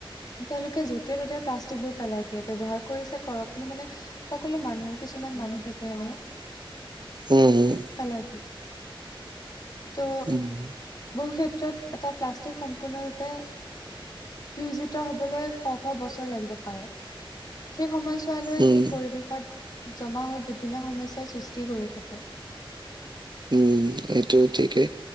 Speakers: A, on the left; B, on the right.
A: তেওঁলোকে য'তে ত'তে প্লাষ্টিক বোৰ পেলাই দিয়ে। ব্যৱহাৰ কৰিছে কৰক কিন্তু মানে, সকলো মানুহ কিছুমান মানুহ থাকে এনেই,
B: উম'
A: পেলাই দিয়ে ত'
B: হুম, উম,
A: বহু ক্ষেত্ৰত এটা প্লাষ্টিক সম্পূৰ্ণৰূপে বিয়োজিত হবলৈ শ শ বছৰ লাগিব পাৰে। সেই সময়ত, বিদ্যালয়ৰ
B: উম,
A: ই পৰিৱেশত জমা হৈ বিভিন্ন সমস্যাৰ সৃষ্টি কৰি থাকে।
B: উম' এইটো ঠিকেই।